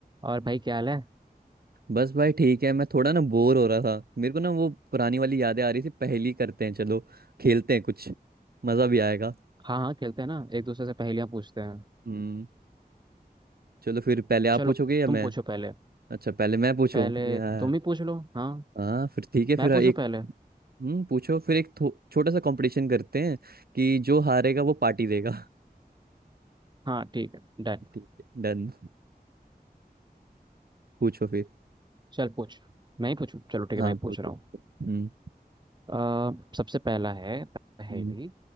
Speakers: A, on the right (about 25°); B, on the right (about 70°).
A: और भाई क्या हाल है
B: बस भाई ठीक है मैं थोड़ा ना बोर हो रहा था मेरे को ना वो पुरानी वाली यादें आ रही थी पहेली करते हैं चलो खेलते हैं कुछ मजा भी आएगा
A: हाँ हाँ खेलते हैं ना एक दूसरे से पहेलियाँ पूछते हैं
B: हम्म चलो फिर पहले आप
A: चलो
B: पूछोगे या
A: तुम
B: मैं
A: पूछो पहले
B: अच्छा पहले मैं पूछूं
A: पहले
B: यार
A: तुम ही पूछ लो हाँ
B: हाँ फिर ठीक है फिर
A: मैं पूछूँ
B: एक
A: पहले
B: हम्म पूछो फिर एक थो- छोटा सा कंपटीशन करते हैं कि जो हारेगा वो पार्टी देगा <laughs>
A: हाँ ठीक है डन
B: ठीक है डन पूछो फिर
A: चल पूछ मैं ही पूछूँ चलो ठीक
B: हाँ
A: है मैं ही पूछ
B: पूछो
A: रहा हूँ
B: हम्म
A: अ, सबसे पहला है पहेली
B: हम्म